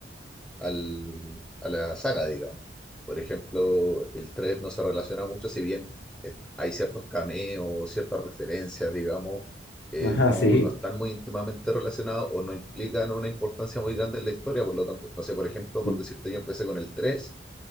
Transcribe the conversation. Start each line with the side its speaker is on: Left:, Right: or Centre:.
Centre: al, a la saga, digamos. Por ejemplo, el 3 no se relaciona mucho, si bien est- hay ciertos cameos, ciertas referencias, digamos, eh,
Left: Ajá,
Centre: no,
Left: sí,
Centre: no están muy íntimamente relacionados o no implican una importancia muy grande en la historia, por lo tanto, no sé, por ejemplo, por
Left: Mm,
Centre: decirte, yo empecé con el 3